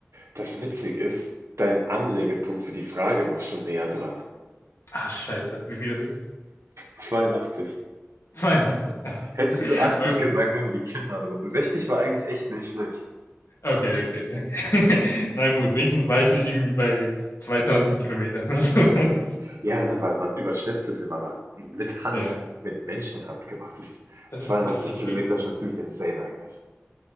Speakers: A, on the right; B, on the left.
A: Das witzig ist, dein Anlegepunkt für die Frage war schon näher dran.
B: Ah, scheiße. Wie viel das ist?
A: 82.
B: Weihnachten, <laughs> ja,
A: Hättest du achtzig
B: okay.
A: gesagt, wären wir die Kinder drunter. 60 war eigentlich echt nicht schlecht.
B: Okay, okay, okay. okay. <laughs> Na gut, wenigstens war ich nicht irgendwie bei 2000 Kilometern oder <laughs> sowas.
A: Ja, ne, weil man überschätzt es immer, aber mit Hand,
B: Ja,
A: mit Menschenhand gemacht ist
B: das
A: 82
B: ist, das ist
A: Kilometer
B: wirklich.
A: schon ziemlich insane eigentlich.